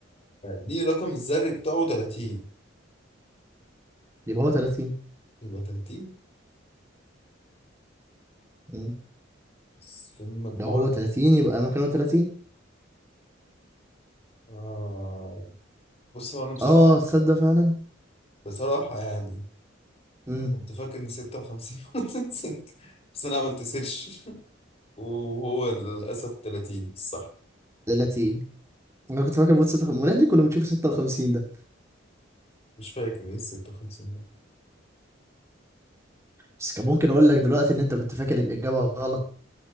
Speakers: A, on the left; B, on the right.
A: ليه رقم الذري بتاعه 30
B: يبقى هو 30
A: يبقى 30
B: مم.
A: بس في المجموع
B: لو هو 30 يبقى مكانه 30
A: آه... بص هو انا بصراحة
B: اه تصدق فعلا
A: بصراحة يعني
B: امم
A: كنت فاكر ان 56 نسيت. <laughs> بس انا عملت سيرش <laughs> وهو للاسف 30 الصح
B: 30 انا كنت فاكر بوت 56 امال إحنا ليه كنا بنشوف 56 ده
A: مش فاكر ايه ال 56 ده
B: بس كان ممكن اقول لك دلوقتي ان انت كنت فاكر الاجابه غلط